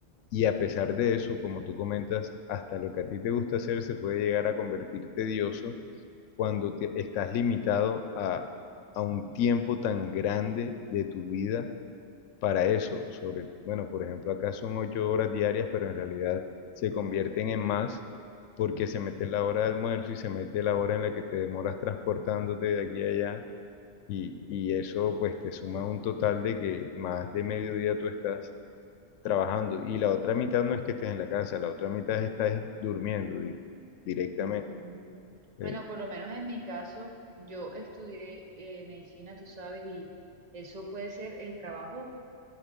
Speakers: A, on the left; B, on the right.
A: y a pesar de eso, como tú comentas, hasta lo que a ti te gusta hacer se puede llegar a convertir tedioso cuando te- estás limitado a, a un tiempo tan grande de tu vida para eso. Sobre, bueno, por ejemplo, acá son ocho horas diarias, pero en realidad se convierten en más porque se mete la hora de almuerzo y se mete la hora en la que te demoras transportándote de aquí a allá y, y eso pues te suma un total de que más de mediodía tú estás trabajando y la otra mitad no es que estés en la casa, la otra mitad estás durmiendo di- directamente.
B: Ujú.
A: Eh,
B: Bueno, por lo menos en mi caso, yo estudié eh, medicina, tú sabes, y eso puede ser el trabajo